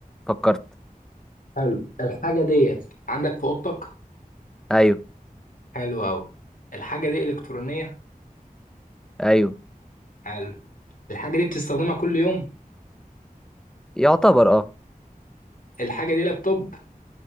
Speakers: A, in the centre; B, on the left (about 65°).
A: فكرت
B: حلو الحاجة ديت عندك في اوضتك
A: ايوه
B: حلو قوي الحاجة دي الكترونية
A: ايوه
B: حلو الحاجة دي بتستخدمها كل يوم
A: يعتبر اه
B: الحاجة دي لابتوب